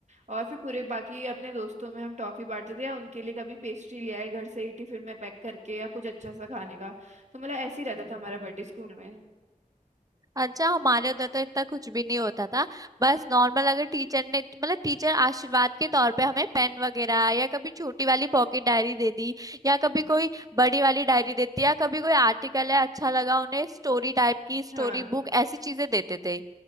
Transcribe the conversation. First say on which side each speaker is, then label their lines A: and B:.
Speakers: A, on the right; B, on the right.
A: और फिर पूरे बाकी अपने दोस्तों में हम टॉफी बांटते थे या उनके लिए कभी पेस्ट्री ले आए घर से ही टिफिन में पैक करके या कुछ अच्छा सा खाने का तो मतलब ऐसे ही रहता था हमारा बर्थडे स्कूल में
B: अच्छा हमारे उधर तो इतना कुछ भी नहीं होता था बस नॉर्मल अगर टीचर ने मतलब टीचर आशीर्वाद के तौर पे हमें पेन वगैरह या कभी छोटी वाली पॉकेट डायरी दे दी या कभी कोई बड़ी वाली डायरी देती या कभी कोई आर्टिकल है अच्छा लगा उन्हें स्टोरी टाइप की स्टोरी
A: हाँ
B: बुक ऐसी चीजें देते थे